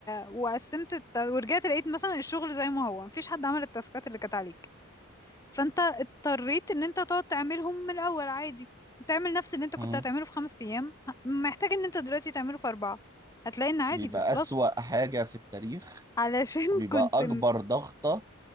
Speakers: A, on the left; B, on the right.
A: وقسمت الت... ورجعت لقيت مثلا الشغل زي ما هو مفيش حد عمل التاسكات اللي كانت عليك فانت اضطريت ان انت تقعد تعملهم من الاول عادي تعمل نفس اللي انت كنت
B: مم.
A: هتعمله في خمس ايام محتاج ان انت دلوقتي تعمله في اربعة هتلاقي ان عادي
B: بيبقى
A: بيخلصوا
B: أسوأ حاجة في التاريخ
A: علشان
B: وبيبقى
A: <laughs>
B: اكبر
A: كنت
B: ضغطة